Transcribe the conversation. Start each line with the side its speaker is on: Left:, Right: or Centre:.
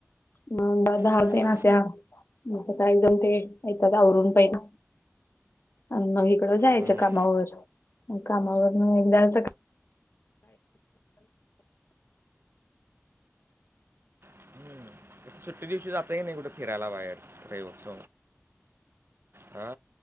Left: म दा दहातेन
Right: हा.
Left: अस म एकदम ते येतात आवरून पहि ना आणि मग इकडं जायचं
Right: हम्म.
Left: कामावर कामावर मग एकदा स
Right: हम्म. सुट्टी दिवशी जातही नाही कुठे फिरायला बाहेर रेवस हा